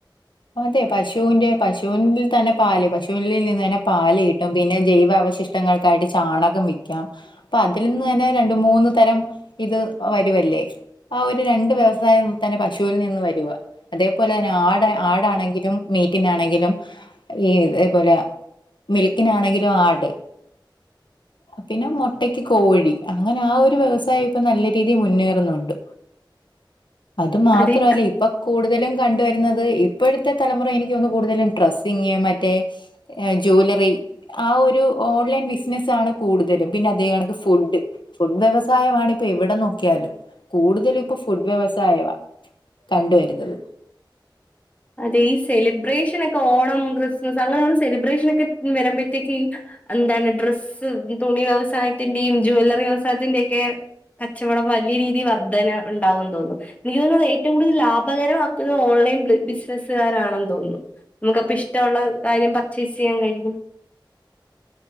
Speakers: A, on the left; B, on the left.
A: അതെ പശുവിന്റെ പശുവിൽ തന്നെ പാല് പശുവിൽ നിന്ന് തന്നെ പാല് കിട്ടും പിന്നെ ജൈവ അവശിഷ്ട ങ്ങൾ ഒക്കായിട്ട് ചാണകം വിൽക്കാം അപ്പൊ അതിൽ നിന്ന് തന്നെ രണ്ട മൂന്ന് തരം ഇത് വരുവല്ലേ ആ ഒരു രണ്ട് വ്യവസായം തന്നെ പശുവിൽ നിന്ന് വരുവ അതെ പോലെ തന്നെ ആട് ആടാണെങ്കിലും മീറ്റിന ണെങ്കിലും ഈ ഇതേപോലെ മിൽക്കിനാണെങ്കിലും ആട് പിന്നെ മൊട്ടക്ക് കോഴി അങ്ങനെ ആ ഒരു വ്യവസായം ഇപ്പൊ നല്ല രീതിയിൽ മുന്നേറുന്നുണ്ട് അത് മാത്രല്ല
B: അതെ
A: ഇപ്പൊ കൂടുതലും കണ്ടുവരുന്നത് ഇപ്പോഴത്തെ തലമുറ എനിക്ക് തോന്നൂ കൂടുതലും ഡ്രസ്സിങ് മറ്റേ ജ്വലറി ആ ഒരു ഓൺലൈൻ ബിസിനസ്സ് ആണ് കൂടുതലും പിന്നെ അതേ കണക്ക് ഫുഡ് ഫുഡ് വ്യവസായമാണ് ഇപ്പൊ എവിടെ നോക്കിയാലും കൂടുതലും ഇപ്പൊ ഫുഡ് വ്യവസായവാ കണ്ടു വരുന്നത്
B: അതെ ഈ സെലിബ്രേഷൻ ഒ ഓണം ക്രിസ്മസ് അങ്ങനെയുള്ള സെലിബ്രേഷന് ഒക്കെ വരുമ്പോഴത്തേക്ക് എന്താണ് ഡ്രസ്സ് ഭി വ്യവസായത്തിന്റെയും ജവല്ലറി വ്യവസായത്തിന്റെ ഒക്കെ കച്ചവടം വലിയ രീതി വർധന ഉണ്ടാവും തോന്നുന്നു എനിക്ക് തോന്നുന്നത് ഏറ്റവും കൂടുതൽ ലാഭകരമാക്കുന്ന ഓൺലൈൻ <unintelligible> നസ് കാരാണെന്ന് തോന്നുന്നു നമുക്കപ്പ ഇഷ്ടമുള്ള കാര്യം പർച്ചേസ് ചെയ്യാൻ കഴിയും